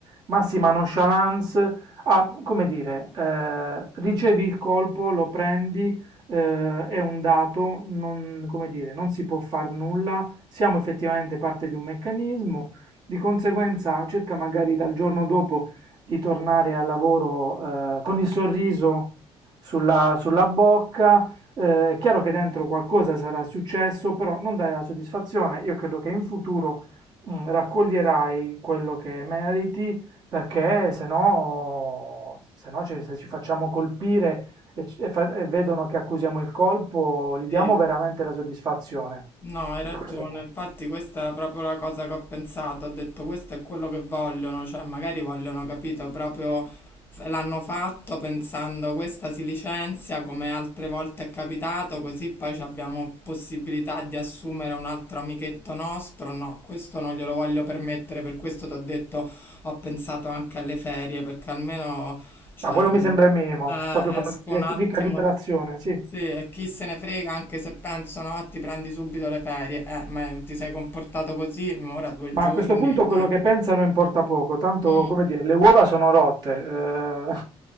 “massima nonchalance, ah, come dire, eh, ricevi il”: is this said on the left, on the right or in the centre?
Right